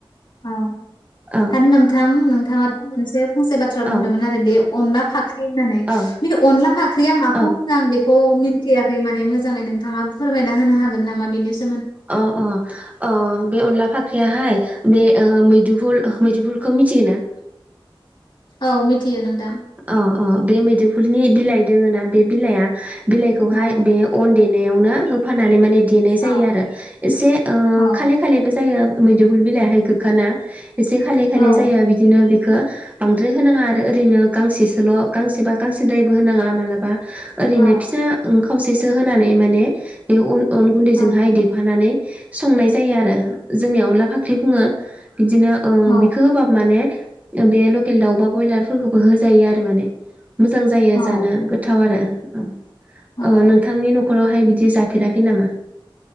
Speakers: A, on the left (about 55°); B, on the right (about 15°).
A: औ
B: औ
A: आरो नोंथां नोंथाङाथ' मोनसे फंसे बाथ्रा बुंदोंमोन
B: औ
A: आरो बे अनला फाख्रि होननानै
B: औ
A: बे अनला फाख्रिया माखौ
B: औ
A: आं बेखौ मिथियाखै माने मोजाङै नोंथाङा फोरमायना होनो हागोन नामा बेनि सो
B: अ अ। अ बे अनला फाख्रियाहाय बे ओ मुदुफुल मुदुफुलखौ मिथियोना?
A: औ मिथियो नोंथां।
B: अ अ बे मुदुफुलनि बिलाइ दोङो ना बे बिलाइआ बिलाइखौहाय
A: औ
B: बे अन देना यावनो होफानानै माने देनाय
A: औ
B: जायो आरो एसे ओ
A: औ
B: खालि खालिबो जायो मुदुफुल बिलायाहाय गोखा ना एसे खालि खालि
A: औ
B: जायो बिदिनो बेखौ बांद्राय होनाङा आरो ओरैनो गांसेसोल' गांसेबा गांसेद्रायबो होनाङा माला बा ओरैनो
A: औ
B: फिसा खावसेसो होनानै माने बे अन गुन्दैजोंहाय
A: औ
B: दे फानानै संनाय जायो आरो जोंनियाव अनला फाख्रि बुङो बिदिनो ओ
A: औ
B: बिखौ होबा माने बे लकेल दाउ बा ब्रयलारफोरखौ बो होजायो आरो माने मोजां जायो
A: औ
B: जानो गोथाव आरो औ।
A: औ
B: ओ नोंथांनि न'खरावहाय बिदि जाफेराखै नामा?